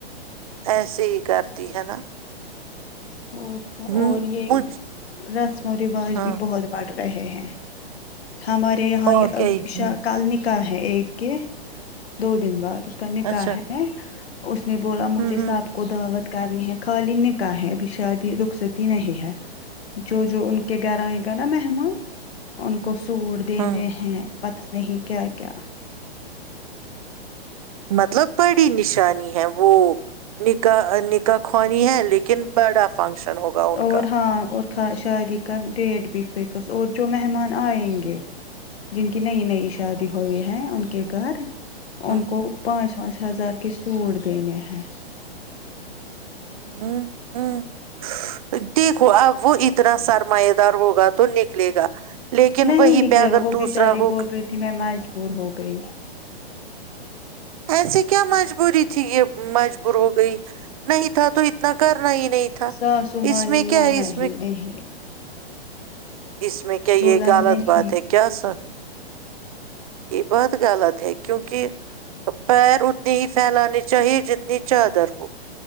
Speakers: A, on the right; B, on the left.
A: ایسے ہی کرتی ہے نا
B: اور کیا
A: ہوں
B: اور یہ
A: مجھ
B: رس اور رواج
A: ہاں
B: بھی بہت بڑھ رہے ہیں ہمارے یہاں
A: اور کیا ہی ہم،
B: شاہ کلنک کا ہے ایک کے دو دن بعد اس کا نکح
A: اچھا
B: ہے اس نے بولا مجھے
A: ہوں
B: سب
A: ہوں
B: کو دعوت کارنی ہے خالیی نکح ہے ابھی شادی رخصتی نہیں ہے جو جو ان کے گھرائے گا نا مہمان ان کو سوڑ دینے
A: ہوں
B: ہیں پتا نہیں کیا کیا
A: مطلب بڑی نشانی ہے وہ نکاح نکاح خوانی ہے لیکن بڑا فنکشن ہوگا ان
B: اور
A: کا
B: ہاں اور شادی کا ڈیٹ بھی فکس اور جو مہمان آئیں گے جن کی نئی نئی شادی ہوئی ہے ان کے گھر ان
A: ہ
B: کو پانچ پانچ ہزار کے سوٹ دینے ہیں
A: ہ ہ دیکھو اب وہ اتنا سرما دار ہوگا تو نکلے گا لیکن
B: نہیں
A: وہیں
B: نکلے
A: پہ اگر
B: گا وہ
A: دوسرا
B: بیچاری
A: ہو
B: بول رہی تھی میں مجبور ہو گئی
A: ایسے کیا مجبوری تھی یہ مجبور ہو گئی نہیں تھا تو اتنا کر نا ہی نہیں تھا
B: ساسو مانی
A: اس میں
B: مانا
A: کیا ہے اس
B: ہی
A: میں
B: نہیں
A: اس میں کیا
B: بولا
A: یہ غالط
B: نہیں
A: بات ہے کیا سا یہ بات غلط ہے کیونک پیر اتنی ہی پھیلانی چاہیے جتنی چادر ہو